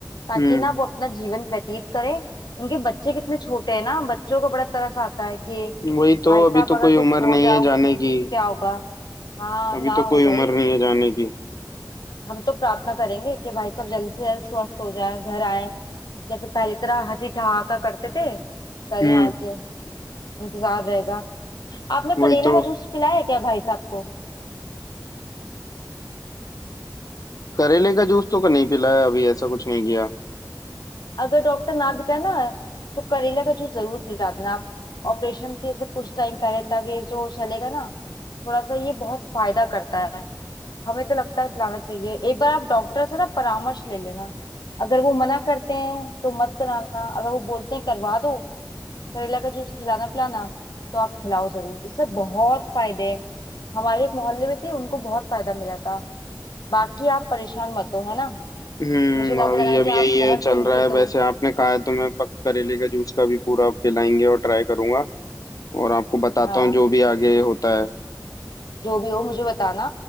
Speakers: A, on the left; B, on the left.
A: ताकि
B: हम्म
A: ना वो अपना जीवन व्यतीत करें उनके बच्चे कितने छोटे हैं ना बच्चों का बड़ा तरस आता है कि
B: हम्म। वही तो
A: भाई साहब
B: अभी तो
A: अगर
B: कोई
A: कुछ
B: उम्र
A: हो
B: नहीं
A: जाए
B: है जाने
A: ऊंच नीच
B: की
A: क्या होगा हाँ
B: अभी
A: ना
B: तो
A: हो
B: कोई
A: भाई
B: उम्र नहीं है जाने की
A: हम तो प्रार्थना करेंगे कि भाई साहब जल्द से जल्द स्वस्थ हो जाए घर आए जैसे पहले की तरह हंसी ठहाका करते थे करें
B: हम्म
A: आके इंतजार रहेगा आपने
B: वही
A: करेला
B: तो
A: का जूस पिलाया है क्या भाई साहब को
B: करेले का जूस तो क- नहीं पिलाया अभी ऐसा कुछ नहीं किया
A: अगर डॉक्टर ना भी कहे ना तो करेला का जूस जरूर पिला देना आप ऑपरेशन के से कुछ टाइम पहले तक ये जो चलेगा ना थोड़ा सा ये बहुत फायदा करता है हमें तो लगता है पिलाना चाहिए एक बार आप डॉक्टर से ना परामर्श ले लेना अगर वो मना करते हैं तो मत कराना अगर वो बोलते हैं करवा दो करेला का जूस खिलाना पिलाना तो आप खिलाओ जरूर इससे बहुत फायदे हैं हमारे एक मोहल्ले में थी उनको बहुत फायदा मिला था बाकी आप परेशान मत हो है ना
B: हम्म
A: मुझे लग
B: भाभी
A: रहा
B: जी
A: है
B: अब
A: कि
B: यही
A: आप बहुत
B: है चल
A: चिंतित
B: रहा है
A: हो
B: वैसे आपने कहा है तो मैं पक करेले का जूस का भी पूरा पिलाएंगे और ट्राई करूंगा और आपको बताता
A: हाँ
B: हूँ जो भी आगे होता है
A: जो भी हो मुझे बताना